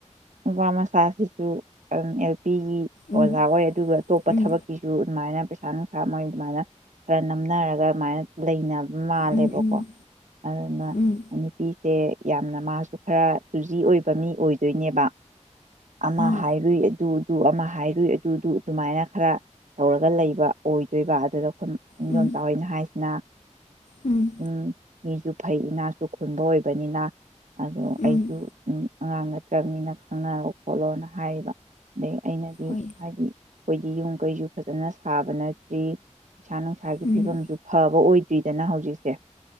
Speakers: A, on the right; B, on the left.
A: ꯃꯄꯥꯃ ꯁꯥꯁꯤꯁꯨ ꯅꯨꯄꯤꯒꯤ ꯑꯣꯖꯥ
B: ꯎꯝ
A: ꯑꯣꯏ ꯑꯗꯨꯒ ꯑꯇꯣꯞꯄ
B: ꯎꯝ
A: ꯊꯕꯛꯀꯤꯁꯨ ꯑꯗꯨꯃꯥꯏꯅ ꯄꯩꯁꯥ ꯅꯨꯡꯁꯥ ꯃꯣꯏ ꯑꯗꯨꯃꯥꯏꯅ ꯈꯔ ꯅꯝꯅꯔꯒ ꯑꯗꯨꯃꯥꯏꯅ ꯂꯩꯅꯕ ꯃꯥꯜꯂꯦꯕꯀꯣ
B: ꯎꯝ ꯎꯝ
A: ꯑꯗꯨꯅ
B: ꯎꯝ
A: ꯅꯨꯄꯤꯁꯦ ꯌꯥꯝꯅ ꯃꯥꯁꯨ ꯈꯔ ꯇꯨꯖꯤ ꯑꯣꯏꯕ ꯃꯤ ꯑꯣꯏꯗꯣꯏꯅꯦꯕ ꯑꯃ
B: ꯑꯥ
A: ꯍꯥꯏꯔꯨꯏ ꯑꯗꯨ ꯑꯗꯨ ꯑꯃ ꯍꯥꯏꯔꯨꯏ ꯑꯗꯨꯗꯨ ꯑꯗꯨꯃꯥꯏꯅ ꯈꯔ ꯇꯧꯔꯒ ꯂꯩꯕ ꯑꯣꯏꯗꯣꯏꯕ ꯑꯗꯨꯗ ꯏꯗꯣꯝ
B: ꯎꯝ
A: ꯆꯥꯎꯋꯅ ꯍꯥꯏꯁꯤꯅ
B: ꯎꯝ
A: ꯁꯨꯝ ꯃꯤꯁꯨ ꯐꯩ ꯏꯅꯥꯁꯨ ꯈꯨꯟꯕ ꯑꯣꯏꯕꯅꯤꯅ ꯑꯗꯣ
B: ꯎꯝ
A: ꯑꯩꯁꯨ ꯎꯝ ꯑꯉꯥꯡ ꯅꯠꯇ꯭ꯔꯕꯅꯤꯅ ꯈ ꯈꯪꯅꯔꯣ ꯈꯣꯠꯂꯣꯅ ꯍꯥꯏꯌꯦꯕ ꯑꯗꯩ ꯑꯩꯅꯗꯤ
B: ꯍꯣꯏ
A: ꯍꯥꯏꯗꯤ ꯑꯩꯈꯣꯏꯗꯤ ꯌꯨꯝ ꯀꯩꯁꯨ ꯐꯖꯅ ꯁꯥꯕ ꯅꯠꯇ꯭ꯔꯤ ꯄꯩꯁꯥ ꯅꯨꯡꯁꯥꯒꯤ
B: ꯎꯝ
A: ꯐꯤꯕꯝꯁꯨ ꯐꯕ ꯑꯣꯏꯗ ꯭ꯔꯤꯗꯅ ꯍꯧꯖꯤꯛꯁꯦ